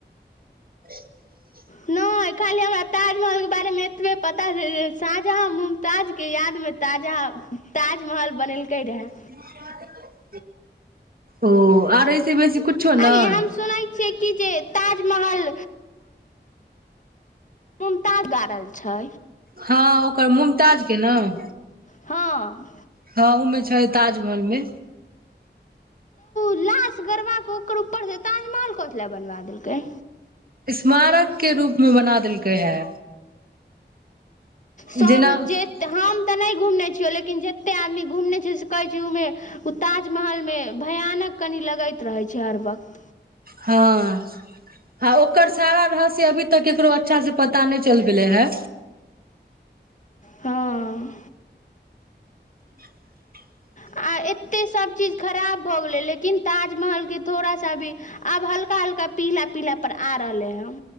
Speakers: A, on the right; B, on the left.
A: <unintelligible>
B: नहि खाली हमरा ताजमहल के बारेमे एतबे पता छै शाहजहाँ मुमताज के यादमे शाहजहाँ ताजमहल बनेलकै रहए
A: <unintelligible> ओ आर ऐसे बेसी कुछो
B: आगे
A: नहि
B: हम सुनै छियै कि जे ताजमहल मुमताज गाड़ल छै
A: हँ ओकर मुमताज के नऽ
B: हँ
A: हँ ओमे छै ताजमहल मे
B: लश गरबा के ओकर ऊपरसँ ताजमहल कथि लए बनबा देलकै
A: स्मारक के रूप में बना देलकै है
B: सभ
A: जेना
B: जे
A: <unintelligible>
B: ने घुमने छियो लेकिन जते आदमी घुमने छै से कहै छै उ मे ताजमहल मे भयानक कनि लगैत रहै छै हर वक्त
A: हँ हँ ओकर सारा रहस्य अभी तक केकरो अच्छा सऽ पता नऽ चल पेले हे
B: हँ
A: <unintelligible>
B: आ एतेक सभ चीज खराब भऽ गेलै लेकिन ताजमहलके थोड़ा सा भी। आब हल्का हल्का पीला पीला पर आ रहले हऽ